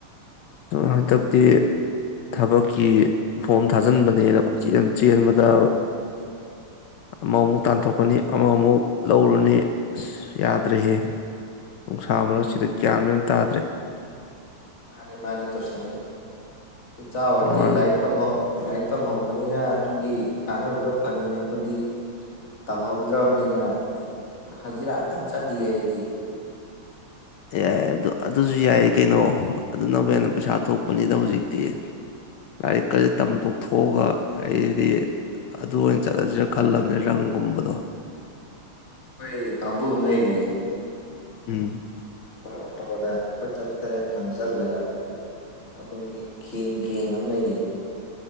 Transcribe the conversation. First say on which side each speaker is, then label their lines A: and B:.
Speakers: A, on the left; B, on the left.
A: ꯍꯥꯏꯇꯞꯗꯤ ꯊꯕꯛꯀꯤ ꯐꯣꯝ ꯊꯥꯖꯤꯟꯕꯅꯦꯅꯆ ꯆꯦꯟꯕꯗ ꯑꯃ ꯑꯃꯨꯛ ꯇꯥꯟꯊꯣꯛꯀꯅꯤ ꯑꯃꯃꯨꯛ ꯂꯧꯔꯨꯅꯤ ꯑꯁ ꯌꯥꯗ꯭ꯔꯍ ꯅꯨꯡꯁꯥ ꯃꯔꯁꯤꯗ ꯒ꯭ꯌꯥꯟ ꯃ ꯑꯃ ꯇꯥꯗ꯭ꯔꯦ
B: ꯃꯥꯅꯦ ꯃꯥꯅꯦ ꯇ ꯁ ꯏ ꯆꯖꯤ
A: ꯃꯥꯅꯦ
B: ꯂꯥꯏꯛ ꯇ ꯂꯥꯏꯛ ꯇꯝ ꯍ ꯐꯕꯅꯤꯅ ꯑꯗꯨꯒꯤ ꯀꯥꯟꯅꯕꯗꯣ ꯐꯪꯉꯤꯅꯦ ꯑꯩꯈꯣꯏꯗꯤ ꯇꯝꯍꯧꯗ꯭ꯔꯕꯅꯤꯅ ꯍꯧꯖꯤꯔꯥ ꯀ ꯆꯠꯂꯤꯌꯦ ꯑꯩꯗꯤ
A: ꯌꯥꯏ ꯑꯗꯨ ꯑꯗꯨꯁꯨ ꯌꯥꯏ ꯀꯩꯅꯣ ꯑꯗꯨꯅꯕꯨ ꯍꯦꯟꯅ ꯄꯩꯁꯥ ꯊꯣꯛꯄꯅꯤꯗ ꯍꯧꯖꯤꯛꯇꯤ ꯂꯥꯏꯔꯤꯛ ꯀꯔꯤ ꯇꯝꯊꯣꯛ ꯊꯣꯛꯣꯛꯑꯒ ꯑꯩꯗꯤ ꯑꯗꯨ ꯑꯣꯏꯅ ꯆꯠꯂꯁꯤꯔ ꯈꯜꯂꯕꯅꯦ ꯔꯪꯒꯨꯝꯕꯗꯣ
B: ꯑꯩꯈꯣꯏ ꯀꯥꯡꯕꯨ ꯑꯃ ꯂꯩꯔꯤꯌꯦ
A: ꯎꯝ
B: ꯑꯩꯈꯣꯏ ꯑꯣꯇꯣꯗ ꯑꯩꯈꯣꯏ ꯇꯔꯨꯛ ꯇꯔꯦꯠ ꯅꯝꯁꯤꯜꯂꯒ ꯑꯩꯈꯣꯏꯒꯤ ꯀ ꯒꯦꯡ ꯑꯃ ꯂꯩꯔꯤꯌꯦ